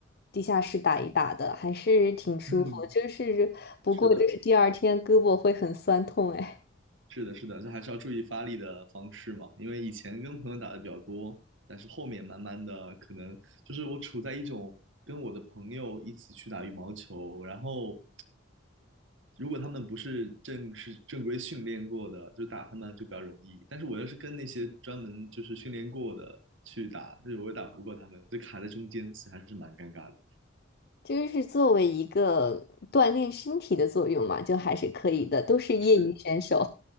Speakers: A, on the left; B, on the right.
A: 地下室打一打的，还是挺舒服。
B: 嗯，
A: 就是不过就是第二天胳膊会很酸痛，
B: 是的。
A: 哎，
B: 是的，是的，这还是要注意发力的方式嘛。因为以前跟朋友打的比较多，但是后面慢慢的，可能就是我处在一种跟我的朋友一起去打羽毛球，然后如果他们不是正式正规训练过的，就打他们就比较容易。但是我要是跟那些专门就是训练过的去打，就是我也打不过他们，就卡在中间，所以还是蛮尴尬的。
A: 就是作为一个锻炼身体的作用嘛，就还是可以的，都是业余选手。
B: 是，